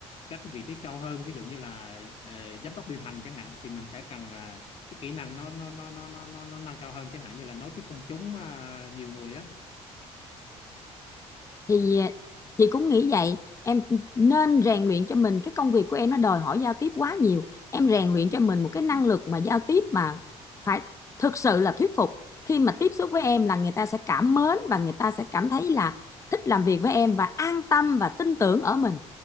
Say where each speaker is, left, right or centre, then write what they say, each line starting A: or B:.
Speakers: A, on the left (about 50°); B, on the left (about 25°).
A: các cái vị trí cao hơn ví dụ như là ờ, giám đốc điều hành chẳng hạn thì mình sẽ cần là cái kỹ năng nó nó nó nó nó nó nó nâng cao hơn chẳng hạn như là nói trước công chúng à, nhiều người á
B: thì chị cũng nghĩ vậy em nên rèn luyện cho mình cái công việc của em nó đòi hỏi giao tiếp quá nhiều em rèn luyện cho mình một cái năng lực mà giao tiếp mà phải thực sự là thuyết phục khi mà tiếp xúc với em là người ta sẽ cảm mến và người ta sẽ cảm thấy là thích làm việc với em và an tâm và tin tưởng ở mình